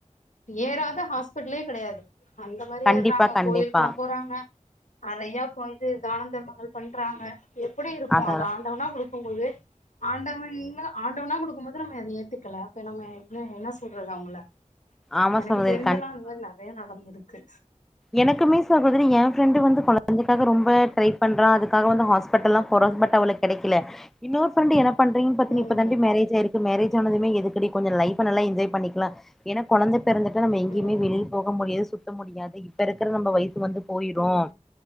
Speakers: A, on the left; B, in the centre.
A: ஏறாத ஹாஸ்பிட்டலே கெடையாது அந்த மாரி
B: கண்டிப்பா
A: ஏர்றாங்க
B: கண்டிப்பா
A: போறாங்க நெறையா போய்ட்டு தானந் தர்மங்கள் பண்றாங்க எப்புடி இருக்கு
B: அதா
A: அது ஆண் டவனா குடுக்கும் போது ஆண்டவன்னு ஆண்டவனா குடுக்கும் போது நம்ம அத ஏத்துக்கல இப்ப நம்ம என்ன என்ன சொல்றது அவுங்கள
B: ஆமா
A: எனக்கு
B: சகோதரி
A: தெருஞ்சலா இந்த மாரி நறய நடந்துருக்கு
B: எனக்கு சகோதரி எ ஃப்ரெண்டு வந்து கொழந்தைக்காக ரொம்ப ட்ரை பண்றா அது க்காக வந்து ஹாஸ்பட்டல்லா போறா பட் அவளுக்கு கெடைக்கல இன்னொரு ஃப்ரென்டு என்ன பன்றிங்கன் பாத்தனா
A: ம்
B: இப்பதான் டி மேரேஜே ஆயிரு ககு மேரேஜ் ஆனதுமே எதுக்குடி கொஞ்சொ லைஃப நல்லா என்ஜாய் பண்ணிக்லா ஏனா கொழந்த பெறந்துட்டா நம்ம எங்யுமே
A: ம்
B: வெளில போக முடியாது சுத்த முடியாது இப்ப இருக்குற நம்ப வயசு வந்து போயிரு
A: ம்